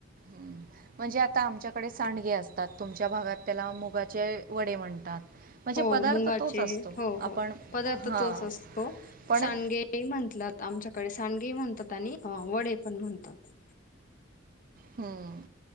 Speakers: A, on the right (about 45°); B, on the left (about 40°).
A: हम्म. म्हणजे आता आमच्याकडे सांडगे असतात तुमच्या भागात त्याला मुगाचे वडे म्हणतात. म्हणजे
B: हो.
A: पदार्थ
B: मुंगाचे
A: तोच असतो
B: हो
A: आपण
B: हो पदार्थ
A: हां
B: तोच असतो.
A: पण
B: सांडगे ते म्हणटलात आमच्याकडे सांडगे ही म्हणतात आणि वडे पण म्हणतात.
A: हम्म.